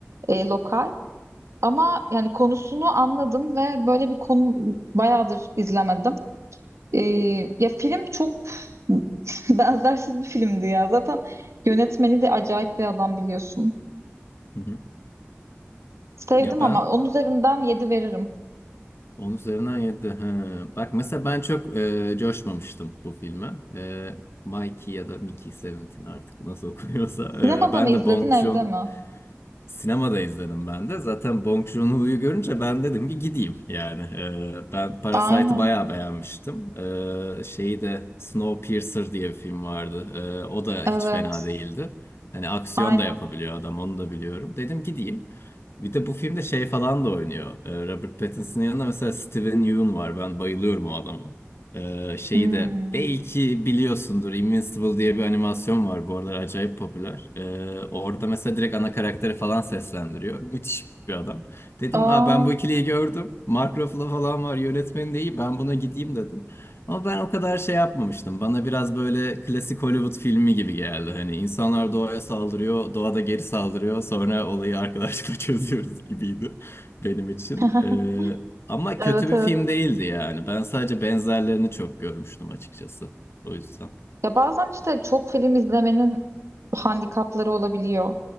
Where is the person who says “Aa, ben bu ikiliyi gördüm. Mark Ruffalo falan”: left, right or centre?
Left